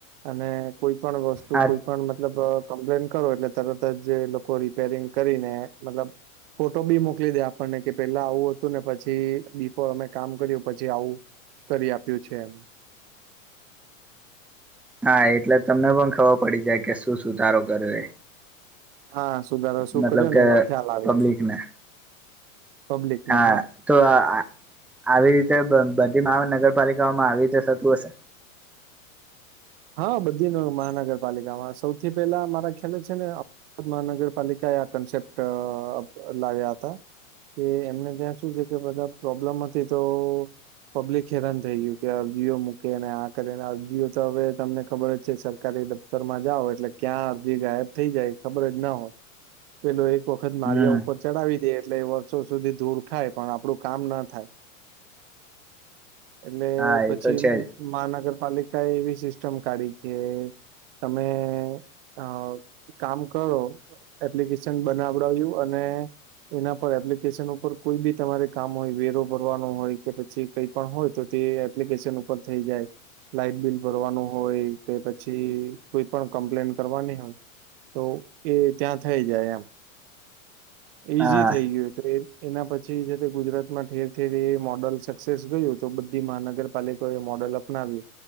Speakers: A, on the right (about 45°); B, in the centre.
A: અને કોઈ પણ વસ્ત તું
B: હા
A: કોઈ પણ મતલબ કમ્પ્લેન કરો એટલે તરત જ એ લોકો રિપેરિંગ કરીને મતલબ તો બી મોકલી દે આપણને કે પેલા આવું હતું ને પછી બિફોર અમે કામ કર્યું પછી આવું કરી આપ્યું છે એમ
B: હા એટલે તમને પણ ખબર પડી જાય કે શું સુધારો કરિયો એ
A: હા સુધારો શું
B: મતલબ
A: કર્યો
B: કે
A: ને એનો ખ્યાલ આવી
B: પબ્લિકને
A: ગયો પબ્લિક
B: હા
A: ને
B: તો આ આ-આવી રીતે બ-બધી મહાનગરપાલિકાઓમાં આવી રીતે થતું હશે
A: હા બધી ન મહાનગરપાલિકામાં સૌથી પેલા મારા ખ્યાલ છે ને અ અ મહાનગરપાલિકાએ આ કન્સેપ્ટ અ લાવ્યા હતા કે એમને ત્યાં શું છે કે બધા પ્રોબ્લેમ હતી તો પબ્લિક હેરાન થઈ ગયું કે અરજીઓ મૂકે અને આ કરે અરજીઓ તો હવે તમને ખબર જ છે સરકારી દફતર માં જાઓ એટલે ક્યાં અરજી ગાયબ થઈ જાય ખબર જ ના હોય પેલો એક વખત માળિયા
B: હમ
A: ઉપર ચડાવી દે, એટલે વર્ષો સુધી ધૂળ ખાય, પણ આપડું કામ ના થાય એટલે
B: હા
A: પછી
B: એ તો છે
A: હુ
B: જ
A: મહાનગરપાલિકા એવી સિસ્ ટમ કાઢી કે તમે અ કામ કરો એપ્લિકેશન બનાવડાવ્યું અને એના પર એપ્લિકેશન ઉપર કોઈ બી તમારે કામ હોય વેરો ભરવાનો હોય કે પછી કઈક પણ હોય તો તે એપ્લિકેશન ઉપર થઈ જાય, લાઈટ બિલ ભરવાનું હોય કે પછી કોઈ પણ કમ્પલેન કરવાની હોય તો એ ત્યાં થઈ જાય એમ એ ઈઝી
B: હા
A: થઈ ગયું <unintelligible> એના પછી જે તે ગુજરાત માં ઠેર ઠેર એ મોડલ સક્સેસ ગયું, તો બધી મહાનગરપાલિકા એ મોડલ અપ નાવ્યું,